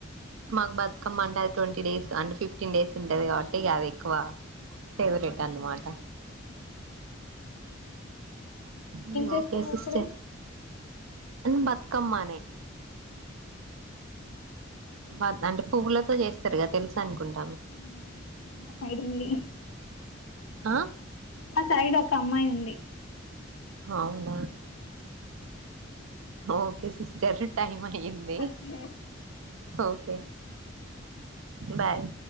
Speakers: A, on the right (about 80°); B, on the left (about 80°).
A: మాక్ బతుకమ్మ అంటాది టొంటీ డేస్ అంటె ఫిఫ్టీన్ డేసుంటది కాబట్టి ఇగదెక్కువ. ఫేవ్రేట్ అనమాట హూమ్
B: ఏం చేస్తారు
A: ఓకే సిస్టర్
B: అప్పుడు
A: అండ్ బతుకమ్మానే. బద్ అంటె పువ్వులతో జేస్తరుగ తెలుసనుకుంట
B: ఊహూ మా సైడిల్లి
A: ఆ
B: మా సైడొక్ కమ్మాయుంది.
A: అవును ఓకే సిస్ జర టైం అయ్యింది
B: ఓకే
A: ఓకే బాయ్.